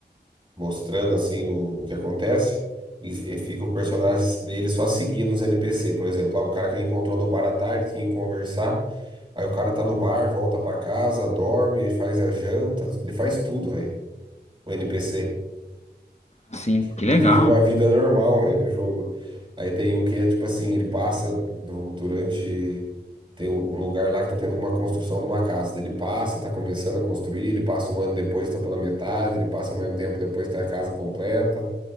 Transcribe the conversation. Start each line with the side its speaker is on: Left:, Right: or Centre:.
Right: mostrando assim o, o que acontece. E, e fica o personagem dele só seguindo os NPC, por exemplo, lá um cara que ele encontrou no bar à tarde, tinha que conversar. Aí o cara tá no bar, volta pra casa, dorme, faz a janta, ele faz tudo, velho. O NPC.
Left: Sim, que
Right: Ele
Left: legal.
Right: vive uma vida normal, né, no jogo. Aí tem um que é tipo assim, ele passa no- durante. Tem um um lugar lá que tá tendo uma construção de uma casa. Daí Ele passa, tá começando a construir, ele passa um ano depois, tá pela metade, ele passa mais um tempo depois, tá a casa completa.